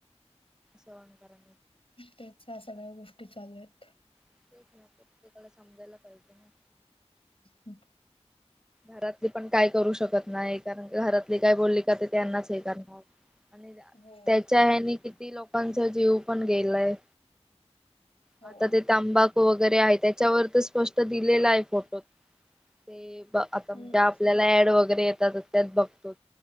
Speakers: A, in the centre; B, on the left (about 55°).
A: सण करण
B: त्याच सगळ्या गोष्टी चालू आहेत
A: तेच प्रत्येकाला समजायला पाहिजे ना
B: हम्
A: घरातली पण काय करू शकत नाही कारण घरातली काय बोलली का ते त्यांनाच हे करणार आणि
B: हो
A: त्याच्या ह्यानी किती लोकांचा जीव पण गेलाय
B: हो
A: आता ते तांबा वगैरे आहे त्याच्यावर तर स्पष्ट दिलेला आहे फोटो ते आता
B: हम्म
A: म्हणजे आपल्याला ऍड वगैरे येतातच त्यात बघतो